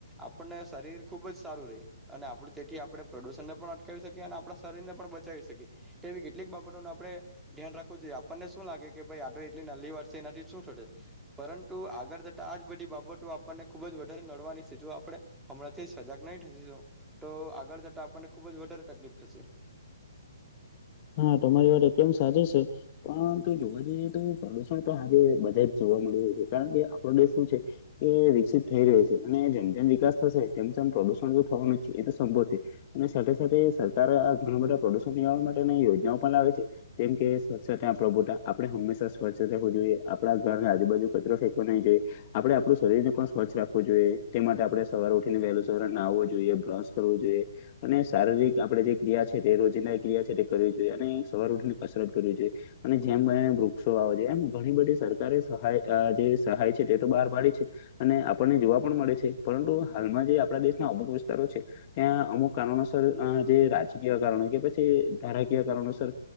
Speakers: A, in the centre; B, on the left (about 30°).
A: આપણને શરીર ખુબ જ સારું રઇ અને આપ તેથી આપણે પ્રદુષણ ને પણ અટકાવી શકીએ. અને આપણા શરીર ને પણ બચાવી શકીએ. તે એવી કેટલીક બાબતોને આપણે ધ્યાન રાખવું જોઈએ. આપણને શું લાગે કે ભાઈ આટો એટલી નાલલી વાત છે. એનાથી શું થશે? પરંતુ આગળ જતા આજ બધી બાબતો આપણને ખુબ જ વધારે નડવાની છે. જો આપણે હમણાંથી સજાગ નહી થશો તો આગળ જતા આપણને ખુબ જ વધારે તકલીફ થશે.
B: હા, તમારી વાત એકદમ સાચી છે. પરંતુ જોવા જઈએ તો પ્રદુષણ તો આજે બધા જ જોવા મળી રહ્યા છે. કારણ કે આપણો દેશ શું છે એ વિકસિત થઈ રહ્યો છે. અને જેમ, જેમ વિકાસ થશે તેમ તેમ પ્રદુષણ થવાનું છે. એ તો સંભવ છે. અને સાથે, સાથે સરકારે આ ઘણા બધા પ્રદુષણ નિળવા માટે યોજના પણ બનાવેલ છે. જેમ કે સ્વચ્છતા પ્રભુતા આપડે હંમેશા સ્વચ્છ રહેવું જોઈએ આપણા ઘર આજુબાજુ કચરો ફેંકવો નહી જોઈએ. આપડે આપ‌ળુ શરીરને પણ સ્વચ્છ રાખવું જોઈએ. તે માટે આપણે સવાર ઉઠીને વહેલું સવાર નાહવું જોઈએ, બ્રશ કરવુ જોઈએ, અને શારીરિક આપે જે ક્રિયા છે તે રોજ ના ક્રિયા છે કરવી જોઈએ અને સવારે ઉઠીની કસરત કરવી જોઈએ અને જેમ બને વૃક્ષો વાવા જોઈએ એમ ઘણી બધી સરકારે સહાય, જે સહાય છે તે તો બહાર પાડી છે. અને આપણને જોવા પણ મળે છે. પરંતુ હાલમાં જે આપણા દેશના અમુક વિસ્તારો છે ત્યાં અમુક કારણોસર જે રાજકીય કારણો કે પછી <unintelligible> કરણ નુસાર